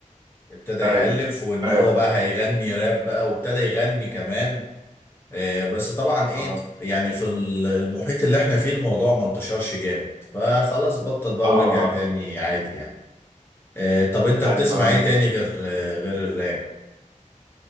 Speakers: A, on the left; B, on the right.
A: ابتدى يألف
B: ايوه
A: وان
B: ايوه
A: هو بقى
B: فاهم
A: هيغني راب بقى وابتدى يغني كمان آه، بس طبعا ايه
B: اه
A: يعني في ال- المحيط اللي احنا فيه الموضوع ما انتشرش جامد فخلاص بطل بقى
B: اه
A: ورجع تاني عادي يعني آه، طب انت
B: ايوه
A: بتسمع
B: فاهم.
A: ايه تاني غير آه، غير الراب